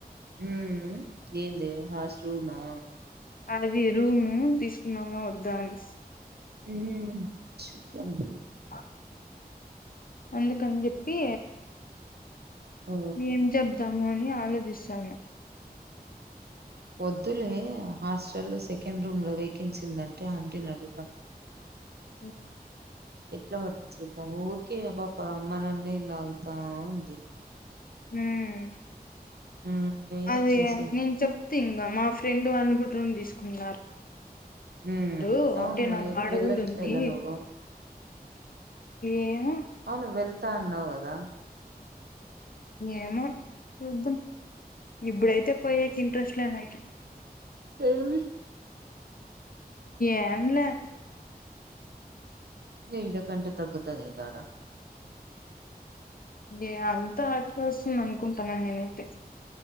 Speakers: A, on the right; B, on the left.
A: ఉమ్ ఏందే హాస్ రూమ్ ఆ
B: అది రూము తీ నమో వద్దా అనేసి
A: ఉమ్
B: <unintelligible> అందుకని చెప్పి
A: ఆ
B: ఏం చెప్దాము అని ఆ ఆలోచిస్తాన
A: వొద్దులే హాస్టల్లో సెకండ్ రూమ్ లో వేకెన్సీ ఉందని అంటీ నీ అడుగుతా
B: హ్మ్.
A: ఎట్లా ఒక్కటి చేదము ఊరికే ఆ పాప మనల్ని లాగుతా ఉంది
B: ఉమ్
A: ఉమ్ ఏం
B: అదే
A: చేసేది
B: నేను చెప్తే <unintelligible> మా ఫ్రెండ్ ఫ్రెండు <unintelligible> తీసుకున్నారు
A: ఉమ్
B: ఇప్పుడు
A: అవును
B: ఒక్కటి నాకడ
A: వెళ్ళట్లేదా
B: కూడా ఉంది
A: నువ్వు
B: ఏం
A: అవును వెళ్తా అన్నావు కదా
B: ఏమో చూద్దాం ఇప్పుడైతే పోయేక ఇంట్రెస్ట్ లేదు నైట్
A: <unintelligible>
B: ఏం లే
A: ఈడ కంటే తగ్గుతది కదా ఆడ
B: ఎ అంతా అటేకెవస్తుది అనుకుంటాన్నాను నేను ఐతే